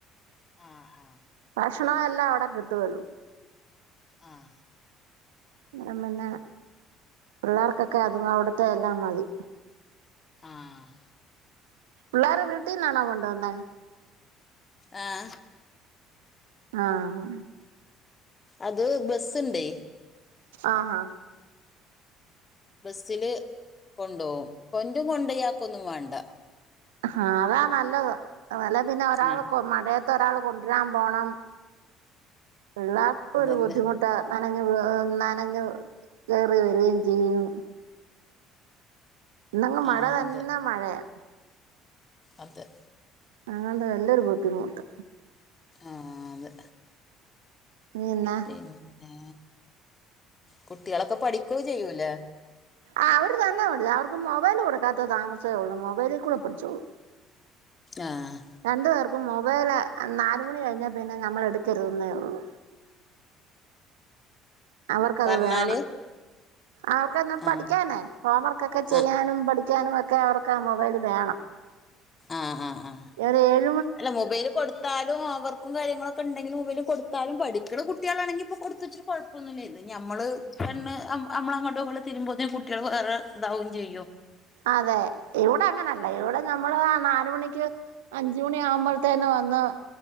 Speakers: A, on the left; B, on the right.
A: ആഹ് ആഹ്
B: ഭക്ഷണോം എല്ലാം അവിടെ കിട്ടുവല്ലൊ
A: ആഹ്
B: അന്നേരം പിന്നെ പിള്ളേർക്കൊക്കെ അതും അവിടുത്തെ എല്ലാ മതി.
A: ആഹ്
B: പിള്ളാരെ വീട്ടീന്നാണോ കൊണ്ടു വന്നേ
A: ആഹ്
B: ആഹ്
A: അത് ബസ് ഉണ്ടേ.
B: ആഹ് ആഹ്
A: ബസ്സില് കൊണ്ടോവും <unintelligible> കൊണ്ട് പോയിയാക്കുവൊന്നും വേണ്ട
B: ആഹ് അതാ നല്ലത് അല്ലേ പിന്നെ ഒരാള്
A: ആഹ്
B: മഴയത്ത്. ഒരാൾ കൊണ്ട്വരാൻ പോണം പിള്ളാർക്കും
A: അതന്നെ
B: ഒരു ബുദ്ധിമുട്ട് ത്താൽ നനഞ്ഞു ഏഹ് നനഞ്ഞു കയറി വരികയും ചെയ്യും. ഇന്നങ്ങ് മഴ
A: ആഹ്
B: തന്നെ
A: അതെ
B: മഴയാ
A: അതെ
B: അതുകൊണ്ട് വലിയൊരു ബുദ്ധിമുട്ട്.
A: ആഹ് അതെ
B: പിന്നെ
A: പിന്നേ കുട്ടികളൊക്കെ പഠിക്കുവേം ചെയ്യൂലേ
B: ആഹ് അവർ തന്നെ പഠിക്കും അവർക്ക് മൊബൈല് കൊടുക്കാത്ത താമസേ ഉള്ളൂ മൊബൈലിൽ കൂടെ പഠിച്ചോളും
A: ആഹ്
B: രണ്ടു പേർക്കും മൊബൈൽ നാല് മണി കഴിഞ്ഞാൽ പിന്നെ നമ്മള് എടുക്കരുതെന്നേ ഉള്ളൂ. അവർക്കത്
A: പറഞ്ഞാല്
B: വേണം അവർക്കെന്നും പഠിക്കാന്നേ
A: ആഹ്
B: ഹോം വർക്കൊക്കെ ചെയ്യാനും
A: ആഹ്
B: പഠിക്കാനും ഒക്കെ. ഒക്കെ അവർക്ക് ആഹ് മൊബൈൽ വേണം.
A: ആഹ് ആഹ് ആഹ്
B: ഒരു ഏഴ്
A: അല്ല മൊബൈൽ കൊടു കൊടുത്താലും അവർക്കും കാര്യങ്ങളൊക്കെ ഉണ്ടെങ്കിൽ മൊബൈൽ കൊടുത്താലും പഠിക്കുന്ന കുട്ടികളാണെങ്കിൽ ഇപ്പൊ കൊടുത്തെന്ന് വെച്ചിട്ട് കൊഴ <unintelligible> ഞമ്മള് കണ്ണ് അമ്മള് അങ്ങോട്ടും ഇങ്ങോട്ടും തിരിയുമ്പോത്തേന് കുട്ടികൾ വേറെ ഇതാവും ചെയ്യും
B: അതെ ഇവിടങ്ങനല്ല ഇവിടെ ഞമ്മള് ആ നാല് മണിക്ക് അഞ്ച് മണി ആവുമ്പഴത്തേന് വന്ന്